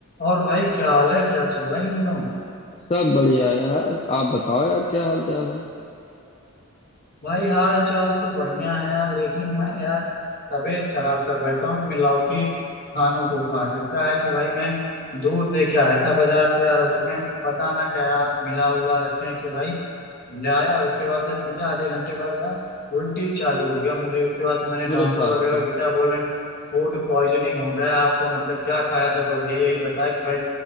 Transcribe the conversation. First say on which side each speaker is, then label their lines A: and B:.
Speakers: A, on the left; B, on the left.
A: और भाई क्या हाल है क्या चल रहा है इन दिनों
B: सब बढ़िया यार आप बताओ यार क्या हाल चाल है
A: भाई हाल चाल तो बढ़िया है यार लेकिन मैं यार तबीयत खराब कर बैठा हूँ इन मिलावटी खानों को खा के क्या है कि भाई मैं दूध लेके आया था बाजार से यार उसमें पता ना क्या मिला उला रखे हैं कि भाई लाया उसके बाद से पिया आधे घंटे बाद यार उल्टी चालू हो गया मुझे उसके बाद से मैंने
B: अरे
A: डॉक्टर
B: बाप
A: वगैरह
B: रे
A: को दिखाया बोल रहे हैं फूड पॉइजनिंग हो गया आपको मतलब क्या खाया था तो यही यही बताया कि भाई